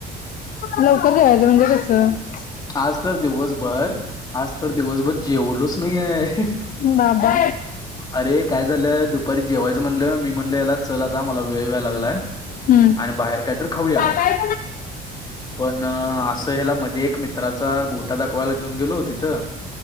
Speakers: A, on the left; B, on the left.
A: लवकर जेवायचं म्हणजे कस
B: आज तर दिवसभर आज तर दिवसभर जेवलोच नाहीय.
A: बाबा
B: अरे काय झालं दुपारी जेवायचं म्हणल मी म्हणल याला चल आता मला वे वेळ व्हायलागलाय
A: हम्म
B: आणि बाहेर कायतर
A: हम्म
B: खाऊया पण अ अस ह्याला मध्ये एक मित्राचा गोटा दाखवायला घेऊन गेलो तिथं